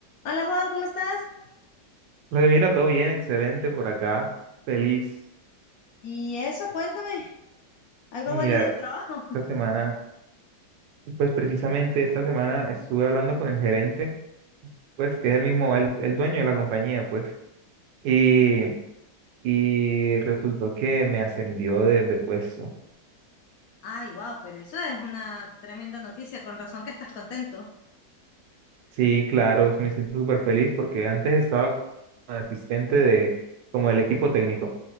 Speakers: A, on the left (about 70°); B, on the right (about 85°).
A: Hola Juan, ¿cómo estás?
B: Vale, Mira, todo bien, excelente por acá. Feliz.
A: Y eso, cuéntame, algo
B: Mira,
A: bueno en el trabajo.
B: esta semana, pues precisamente esta semana estuve hablando con el gerente, pues que es el mismo, el, el dueño de la compañía, pues, y, y resultó que me ascendió de, de puesto.
A: Ay, wow, pero eso es una tremenda noticia, con razón que estás contento.
B: Sí, claro, me siento súper feliz porque antes estaba como asistente de, como del equipo técnico